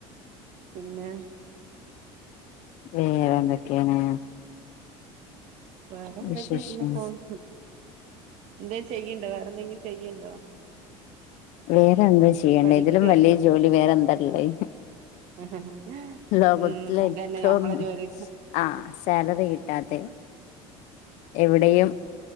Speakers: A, on the right (about 60°); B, on the left (about 60°).
A: പിന്നെ
B: വേറെ എന്തൊക്കെയാണ്
A: വേറെ എന്തൊക്കെയ
B: വിശേഷം
A: ഇങ്ങനെ പോണ് എന്തേലും ചെയ്യണ്ടോ വേറെ എന്തെങ്കിലും ചെയ്യണ്ടോ
B: വേറെ എന്താ ചെയ്യണ്ടത്
A: പഠിക്കേ
B: ഇതിലും വലിയ ജോലി വേറെ എന്താ ഉള്ളത്
A: <unintelligible>
B: ലോകത്തിൽ
A: ഉം അതന്നെ
B: ഏറ്റവും
A: ഞമ്മളെ ജോലി
B: ആ സാലറി കിട്ടാത്തെ എവിടെയും
A: ഉം